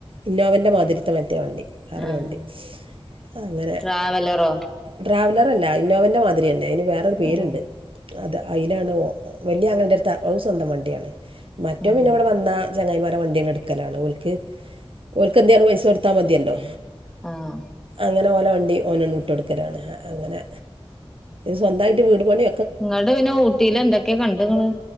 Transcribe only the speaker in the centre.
ആഹ്
ട്രാവലറോ
ഉം
ഉം
ആഹ്.
ങ്ങട്ട് പിന്നെ ഊട്ടിൽ എന്തൊക്കെയാ കണ്ടുങ്ങള്